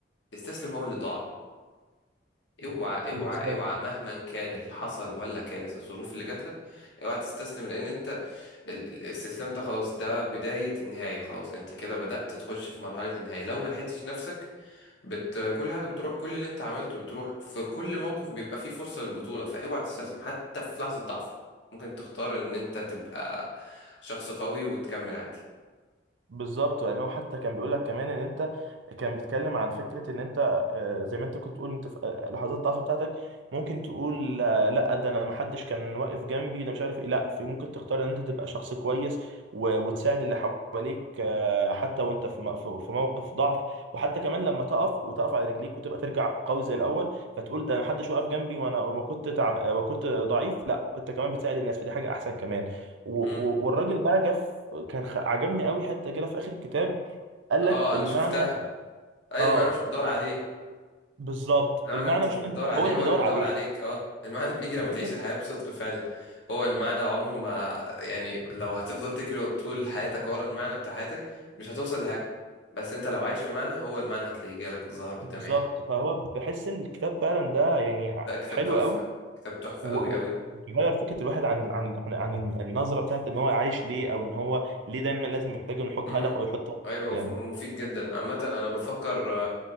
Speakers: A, on the left; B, on the right.
A: تستسلم هو اللي ضاع اوعى اوعى
B: بالظبط
A: اوعى مهما كان اللي حصل ولا كانت الظروف اللي جات لك اوعى تستسلم لان انت ال- ال- الاستسلام ده خلاص ده بداية النهاية خلاص انت كده بدأت تخش في مرحلة النهاية لو ما لحقتش نفسك بت... كل حاجة بتروح كل اللي انت عملته بتروح في كل موقف بيبقى فيه فرصة للبطولة فاوعى تستسلم حتى في لحظة ضعف ممكن تختار ان انت تبقى شخص قوي وتكمل عادي
B: بالظبط يعني هو حتى كان بيقول لك كمان ان انت كان بيتكلم عن فكره ان انت آه، زي ما انت كنت بتقول انت في آه، لحظات الضعف بتاعتك ممكن تقول آه، لا ده انا ما حدش كان واقف جنبي ده مش عارف ايه لا في ممكن تختار ان انت تبقى شخص كويس و- وتساعد اللي حواليك آه، حتى وانت في م- في في موقف ضعف وحتى كمان لما تقف وتقف على رجليك وتبقى ترجع قوي زي الاول فتقول ده ما حدش واقف جنبي وانا ما كنت تعب آه، وكنت ضعيف لا انت كمان بتساعد الناس فدي حاجه احسن كمان و-
A: مم.
B: و- والراجل بقى جه في- كان خ- عجبني قوي حته كده في اخر الكتاب قال لك
A: اه انا
B: المعنى
A: شفتها اي
B: اه
A: ما انا مش بيدور عليه
B: بالظبط
A: المعنى
B: المعنى
A: انت
B: مش
A: مش
B: انت
A: بتدور عليه
B: هو اللي
A: هو
B: بيدور
A: اللي بيدور
B: عليه
A: عليك اه المعنى بيجي لما تعيش
B: دي كانت-
A: الحياة بصدق فعلا هو المعنى عمره ما يعني لو هتفضل تجري طول حياتك ورا المعنى بتاع حياتك مش هتوصل لحاجة بس انت لو عايش لمعنى هو المعنى هتلاقيه جالك وظهر قدام
B: بالظبط
A: عينك
B: فهو بحس إن الكتاب فعلا ده يعني ع-
A: ده كتاب
B: حلو
A: تحفة
B: قوي
A: كتاب تحفة
B: و-
A: قوي قوي
B: و- بيغير فكره الواحد عن عن عن, عن النظره بتاعت ان هو عايش ليه او ان هو ليه دايما لازم يحتاج انه يحط
A: امم
B: هدف او يحط هدف
A: ايوه هو
B: قدامه
A: ف- مفيد جدا عامة انا بفكر آه،